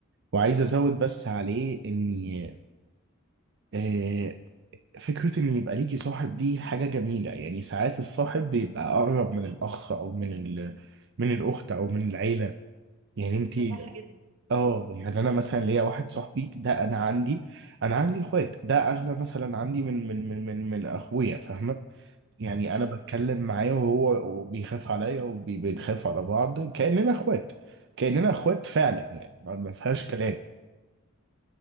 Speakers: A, on the right; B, on the right.
A: وعايز ازود بس عليه اني آه، فكرة إن يبقى ليكي صاحب دي حاجة جميلة يعني ساعات الصاحب بيبقى أقرب من الأخ أو من ال... من الأخت أو من العيلة يعني أنتي
B: ده صح جدا
A: آه يعني أنا مثلا ليا واحد صاحبي ده أنا عندي أنا عندي إخوات ده أغلى مثلا عندي من من من من, من أخويا فاهمة يعني
B: ايوه
A: أنا بتكلم معاه وهو بيخاف عليا وبنخاف على بعض كأننا إخوات كأننا إخوات فعلا يعني ما ما فيهاش كلام